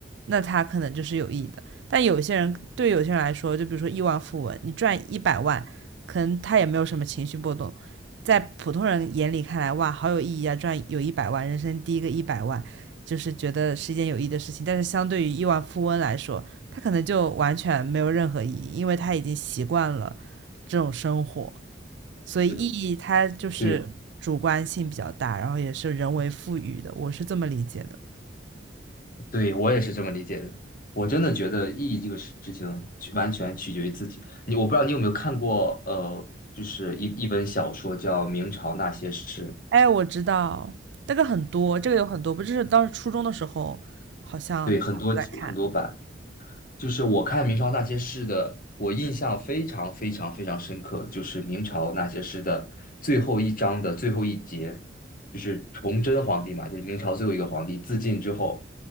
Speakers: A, on the right (about 65°); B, on the left (about 50°).
A: 那它可能就是有意义的。但有些人对有些人来说，就比如说亿万富翁，你赚一百万，可能他也没有什么情绪波动。在普通人眼里看来，哇，好有意义啊！赚有一百万，人生第一个一百万，就是觉得是一件有意义的事情。但是相对于亿万富翁来说，他可能就完全没有任何意义，因为他已经习惯了这种生活，所以意义它就是主观性比较大，
B: 对的对，
A: 然后也是人为赋予的，我是这么理解的。
B: 对，我也是这么理解的。我真的觉得意义这个事情取完全取决于自己。你我不知道你有没有看过，呃，就是一一本小说叫《明朝那些事》，
A: 哎，我知道这个很多，这个有很多，不就是当时初中的时候好像大家都在看。
B: 对，很多集很多版。就是我看明朝那些事的，我印象非常非常非常深刻，就是明朝那些事的最后一章的最后一节，就是崇祯皇帝嘛，就是明朝最后一个皇帝自尽之后，